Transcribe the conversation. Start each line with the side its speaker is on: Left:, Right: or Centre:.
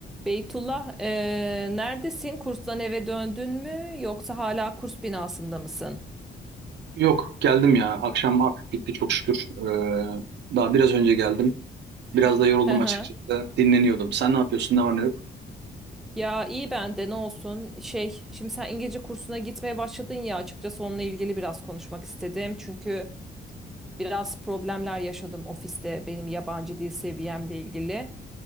Centre: Beytullah, e, neredesin? Kurstan eve döndün mü? Yoksa hala kurs binasında mısın?
Right: Yok geldim ya. Akşam artık bitti çok şükür. Ee, daha biraz önce geldim. Biraz da yoruldum
Centre: Hı hı.
Right: açıkçası. Dinleniyordum. Sen ne yapıyorsun? Ne var ne yok?
Centre: Ya iyi ben de ne olsun. Şey, şimdi sen İngilizce kursuna gitmeye başladın ya. Açıkçası onunla ilgili biraz konuşmak istedim. Çünkü biraz problemler yaşadım ofiste benim yabancı dil seviyemle ilgili.